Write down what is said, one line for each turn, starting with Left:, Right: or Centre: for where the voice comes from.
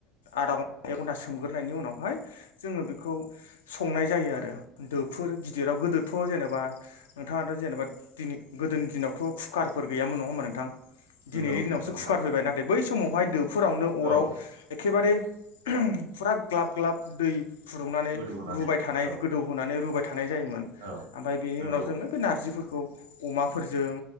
Left: आदा घन्टा एक घन्टा सोमग्रोनायनि उनावहाय जोङो बेखौ संनाय जायो आरो दोफोर गिदिराव गोदोथ' जेनेबा नोंथाङाथ' जेनेबा दिनै गोदोनि दिनावथ' कुकारफोर गैयामोन नङा होमबा नोंथां?
Right: नंगौ
Left: दिनैनि दिनावसो
Right: नंगौ नोंथां
Left: कुकार फैबाय नाथाय बै समावहाय दोफोरावनो अराव
Right: औ
Left: एखेबारे ओम फुरा ग्लाब ग्लाब दै फुदुंनानै
Right: गोदौ होनानै
Left: रुबाय थानाय
Right: औ
Left: गोदौहोनानै रुबाय थ थानाय जायोमोन
Right: औ
Left: ओमफ्राय बेनि
Right: नंगौ
Left: उनाव जोङो बे नारजिफोरखौ अमाफोरजों